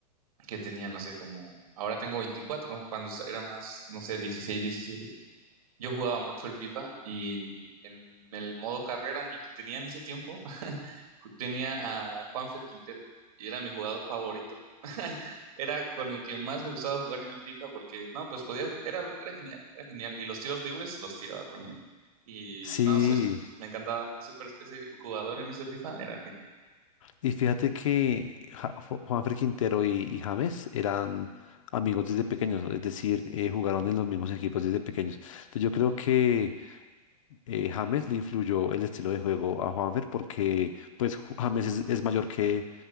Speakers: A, on the right; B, on the left.
A: que tenía, no sé, como, ahora tengo 24, cuando era más, no sé, 16, 17, yo jugaba mucho el FIFA y en el modo carrera en el que tenía en ese tiempo, tenía a Juanfer Quintero y era mi jugador favorito. <laughs> Era con el que más me gustaba jugar en el FIFA porque, no, pues podía, era, era genial, era genial. Y los tiros libres los tiraba con él. Y
B: Sí,
A: no, Sí. pues me encantaba. Ese, pers- ese jugador en ese FIFA era genial.
B: y fíjate que Ja- Ju- Juanfer Quintero y, y James eran amigos desde pequeños, es decir, eh, jugaron en los mismos equipos desde pequeños. Entonces yo creo que eh, James le influyó el estilo de juego a Juanfer porque pues Ju- James es, es mayor que,